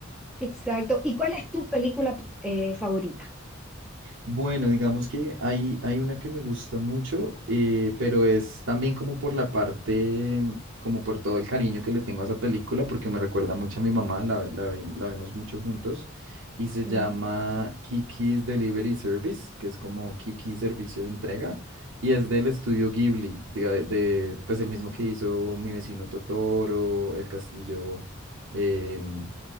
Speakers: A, in the centre; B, on the right (about 80°).
A: Exacto. ¿Y cuál es tu película eh, favorita?
B: Bueno, digamos que hay, hay una que me gusta mucho, eh, pero es también como por la parte, mm, como por todo el cariño que le tengo a esa película, porque me recuerda mucho a mi mamá, la, la, ve- la vemos mucho juntos, y se
A: Sí.
B: llama Kiki's Delivery Service, que es como Kiki Servicio de Entrega, y es del estudio Ghibli, de, de, pues el mismo que hizo Mi vecino Totoro, El Castillo em,